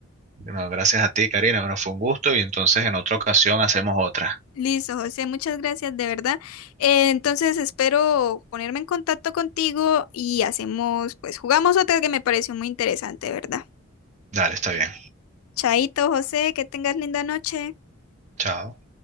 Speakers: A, on the right; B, on the left.
A: Bueno, gracias a ti, Karina. Bueno, fue un gusto y entonces en otra ocasión hacemos otra.
B: Listo, José, muchas gracias, de verdad. Eh, entonces espero ponerme en contacto contigo y hacemos, pues jugamos otra que me pareció muy interesante, de ¿verdad?
A: Dale, está bien.
B: Chaito, José, que tengas linda noche.
A: Chao.